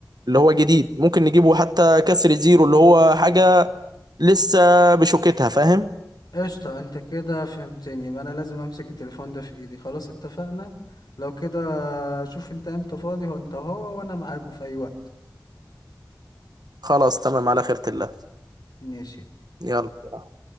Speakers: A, on the right (about 70°); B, on the left (about 70°).
A: اللي هو جديد ممكن نجيبه حتى كسر زيرو اللي هو حاجة لسه بشوكتها فاهم
B: قشطة انت كده فهمتني يبقى انا لازم امسك التليفون ده في ايدي خلاص اتفقنا لو كده شوف انت امتى فاضي هو انت هو وانا معاكوا في اي وقت
A: خلاص تمام على خيرة الله
B: ماشي
A: يلا